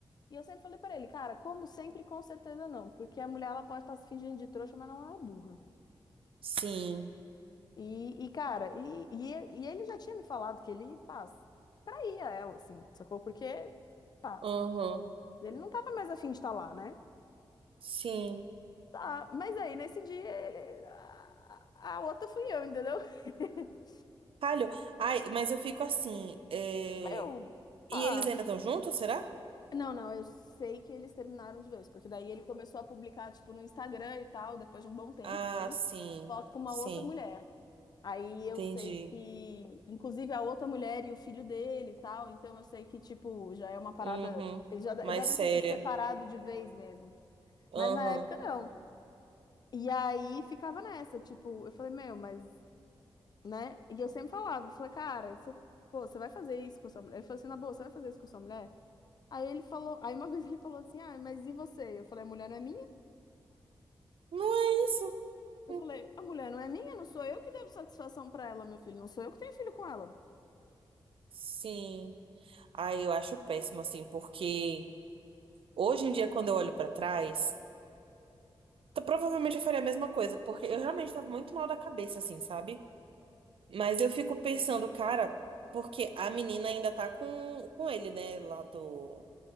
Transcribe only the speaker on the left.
E eu sempre falei pra ele, cara, como sempre, com certeza não, porque a mulher ela pode estar se fingindo de trouxa, mas não é burra.
E, e cara, e, e, e ele já tinha me falado que ele, pá, saía ela, assim, sacou? Porque, pá,
ele não tava mais afim de estar lá, né?
Tá, mas aí nesse dia ele. A, a outra fui eu, entendeu? <laughs>
Eu, pá.
Não, não, eu sei que eles terminaram de vez, porque daí ele começou a publicar, tipo, no Instagram e tal, depois de um bom tempo,
assim,
foto com uma
outra mulher. Aí
eu sei que, inclusive, a outra mulher e o filho dele e tal, então eu sei que, tipo, já é uma parada.
Eles já de-
devem
ter se separado de vez mesmo.
Mas na época não. E aí ficava nessa, tipo, eu falei, meu, mas, né? E eu sempre falava, eu falei, cara, você, pô, você vai fazer isso com a sua mulher? Ele falou assim, na boa, você vai fazer isso com a sua mulher? Aí ele falou, aí uma <laughs> vez ele falou assim, ah, mas e você? Eu falei, a mulher não é minha?
Eu
falei, a mulher não é minha, não sou eu que devo satisfação pra ela, meu filho, não sou eu que tenho filho com ela.